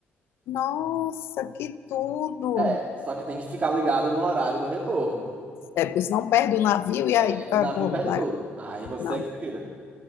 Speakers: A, on the left; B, on the right.
A: Nossa, que tudo!
B: É, só que tem que ficar ligado no horário do retorno.
A: É, porque senão perde o navio e
B: É,
A: aí
B: Do
A: acabou.
B: navio perde
A: né?
B: tudo. Aí você
A: Não,
B: que se vira.